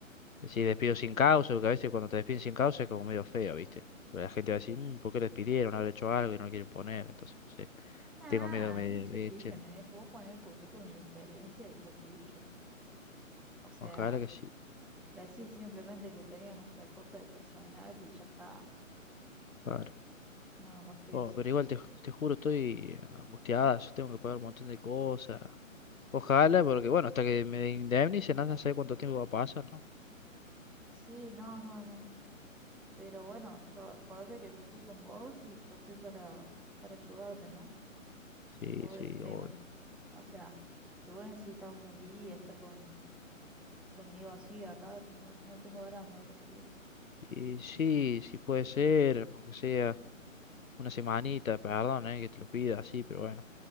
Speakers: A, on the left; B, in the centre.
A: decir despido sin causa, porque a veces cuando te despiden sin causa es como medio feo, ¿viste? La gente va a decir, "Mm, ¿por qué lo despidieron? Haber hecho algo y no lo quieren poner, entonces. sí.
B: Nah,
A: Tengo miedo que
B: ni se
A: me
B: fijan
A: echen.
B: en eso. Vos poner el currículum, la experiencia de chau picho. O sea,
A: Ojalá que sí.
B: decís simplemente que tenían un recorte de personal y ya está.
A: Ojalá.
B: Nada más que
A: Oh,
B: eso.
A: pero igual te, te juro, estoy angustiada. Yo tengo que pagar un montón de cosas. Ojalá, porque bueno, hasta que me indemnicen, anda a saber cuánto tiempo va a pasar, ¿no?
B: Sí, no, no, no. Pero bueno, yo acordate que yo estoy con vos y yo estoy para, para ayudarte, ¿no?
A: Sí,
B: En todo
A: sí,
B: ese tema.
A: obvio.
B: O sea, si vos necesitas unos días estar con, conmigo así acá, no, no tengo drama, recibirte.
A: Y sí, sí puede ser, aunque sea una semanita, perdón, eh, que te lo pida así, pero bueno.